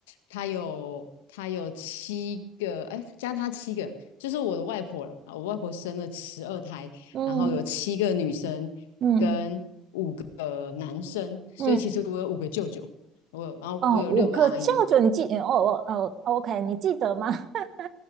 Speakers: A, on the left; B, on the right.
A: 她有她有七个，哎，加她七个，就是我的外婆了。我外婆生了十二胎，
B: 嗯
A: 然后有七个女生跟五个男生，
B: 嗯
A: 所以其实我有五个舅舅，
B: 嗯，
A: 我然后我有六个阿姨，
B: 哦，五个舅舅，你记？哦哦哦，OK，你记得吗？<laughs>